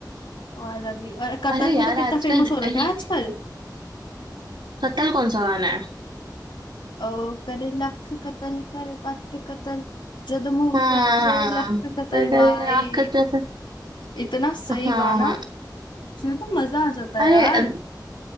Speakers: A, on the left; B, on the right.
A: वाला भी और कतल
B: अरे
A: भी
B: यार
A: तो कितना
B: आजकल
A: फेमस हो रखा
B: ये-
A: है आजकल
B: कत्ल कौन सा गाना है
A: ओ करे लख कतल करे पत्ते कतल जद मूव
B: हाँ
A: करे तेरे
B: हाँ
A: लख कतल
B: अरे कल
A: भाई
B: आखत जैसा
A: इतना सही
B: हाँ
A: गाना
B: हाँ
A: सुन तो मजा आ जाता
B: अरे
A: है यार
B: अ,